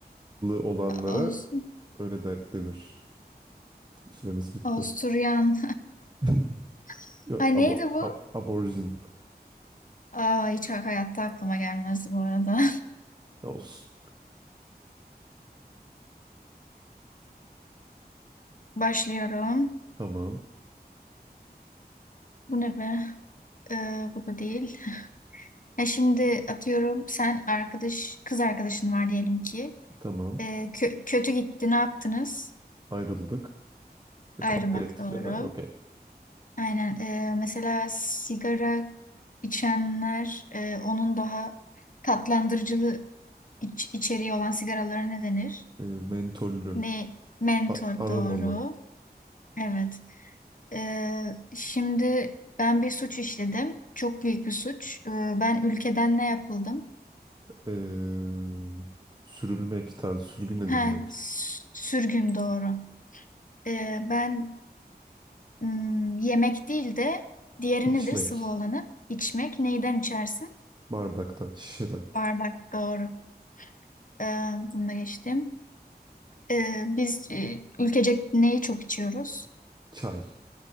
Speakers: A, on the right; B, on the left.
A: olanlara
B: Aus
A: öyle der denir. Süremiz bitti.
B: Avusturyan.
A: <laughs>
B: <laughs>
A: Yok,
B: Ay neydi
A: abo,
B: bu?
A: ab, aborjin.
B: Aa, hiç hayatta aklıma gelmezdi bu arada.
A: Olsun.
B: <laughs> Başlıyorum.
A: Tamam.
B: Bu ne be? Ee, bu da değil. Ya şimdi atıyorum sen arkadaş kız arkadaşın var diyelim ki.
A: Tamam.
B: Ee, kö- kötü gitti ne yaptınız?
A: Ayrıldık. E,
B: Ayrılmak
A: Kavga ettik
B: doğru.
A: ya da. Okey.
B: Aynen. Ee, mesela sigara içenler e, onun daha tatlandırıcılı iç- içeriği olan sigaralara ne denir?
A: E, mentollü.
B: Ne? Mentor
A: a- aromalı.
B: doğru. Evet. Ee, şimdi ben bir suç işledim. Çok büyük bir suç. Ee, ben ülkeden ne yapıldım?
A: E, sürülmek tarzı. Sürgün edilmek.
B: Ha, s- sürgün doğru. Ee, ben hmm, yemek değil de diğeri
A: içmek.
B: nedir? Sıvı olanı. İçmek. Neyden içersin?
A: Bardaktan, şişeden.
B: Bardak doğru. Ee, bunu da geçtim. Ee, biz e, ülkecek neyi çok içiyoruz?
A: Çay.